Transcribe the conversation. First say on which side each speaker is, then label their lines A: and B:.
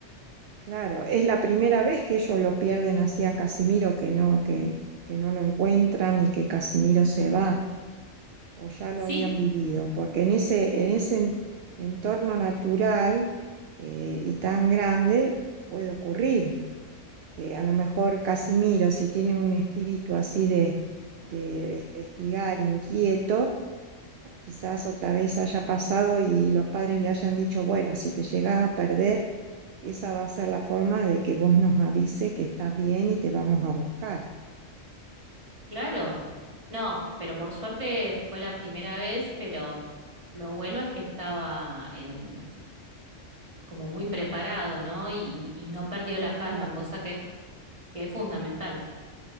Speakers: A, on the right; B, on the right.
A: Claro, es la primera vez que ellos lo pierden así a Casimiro, que no, que, que no lo encuentran y que Casimiro se va. o ya
B: Sí,
A: lo habían vivido, porque en ese, en ese en- entorno natural eh, y tan grande puede ocurrir que a lo mejor Casimiro, si tiene un espíritu así de, de- de investigar, inquieto, quizás otra vez haya pasado y los padres le hayan dicho, bueno, si te llegas a perder, esa va a ser la forma de que vos nos avise que estás bien y te vamos a buscar.
B: claro. No, pero por suerte fue la primera vez, pero lo bueno es que estaba em, como muy preparado, ¿no? Y, y no perdió la calma,
A: Claro.
B: cosa que, que es fundamental.